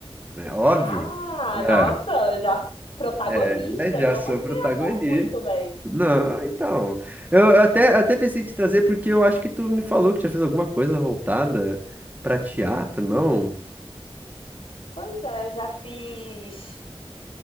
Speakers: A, on the right; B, on the left.
A: é óbvio.
B: Ah,
A: É,
B: nossa, já protagonista,
A: é, já
B: então
A: sou
B: você
A: protagonista.
B: atua muito bem.
A: Não, então. Eu até, até pensei em te trazer porque eu acho que tu me falou que já fez alguma coisa voltada pra teatro, não?
B: Pois é, eu já fiz.